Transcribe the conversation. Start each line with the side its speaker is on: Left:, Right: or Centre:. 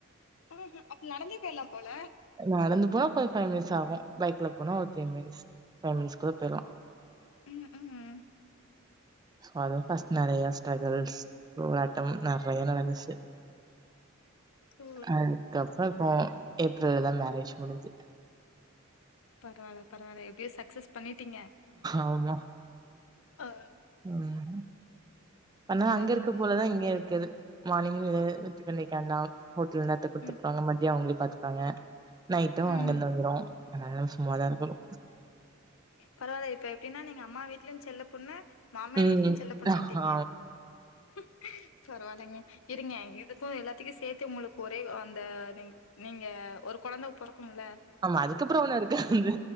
Left: குளுருது அப்ப நடந்தே போயிடலாம் போல
Right: நடந்து போனா ஒரு ஃபைவ் மினிட்ஸ் ஆகு பைக்ல போனா ஒரு த்ரீ மினிட்ஸ் ஃபைவ் மினிட்ஸ் குல்ல போய்டலா
Left: ம் ம்
Right: சோ அது பஸ்னா நறைய ஸ்ட்ரகுல்ஸ் <unintelligible> நறைய நடந்துச்சு
Left: ஓ
Right: அதுக்குப்புறம் ம் ஏப்ரல தா மேரேஜ் முடிஞ்சு
Left: பரவாயில்ல பரவாயில்ல எப்டியோ சக்சஸ் பண்ணிட்டீங்க
Right: ஆமா.
Left: ஆ
Right: ம் ஆனா
Left: சரிங்க
Right: அங்க இருக்க போலதா
Left: சிஸ்டர்
Right: இங்க இருக்குது மார்னிங்கு வித்துதண்ணிக்கண்டாம் ஹோட்டலந்து எத்து குடுத்து
Left: ம்
Right: உட்டுவாங்க மதியோ அவுங்களே பாத்துப்பாங்க நைட்டும்
Left: ம்
Right: அங்கந்து வந்துரு அதனால சும்மதா இருக்கனு
Left: பரவாயில்ல இப்ப எப்டின்னா நீங்க அம்மா வீட்லயு செல்ல பொண்ணு மாமியார்
Right: ம்.
Left: வீட்லயு செல்ல பொண்ணா
Right: ஆமா.
Left: ஆயிட்டீங்க <inaudible> பரவாயில்லைங்க இருங்க இதுக்கு எல்லாத்துக்கு சேத்து உங்களுக்கு ஒரே அந்த நீங் நீங்க ஒரு கொழந்த போறக்கும்ல
Right: ஆமா அதுக்குப்புறோ ஒண்ணு இருக்காது